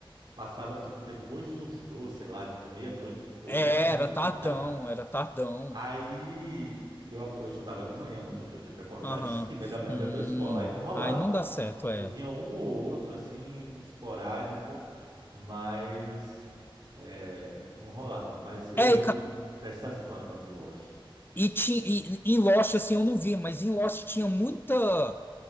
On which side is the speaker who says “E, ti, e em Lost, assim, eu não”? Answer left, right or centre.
Left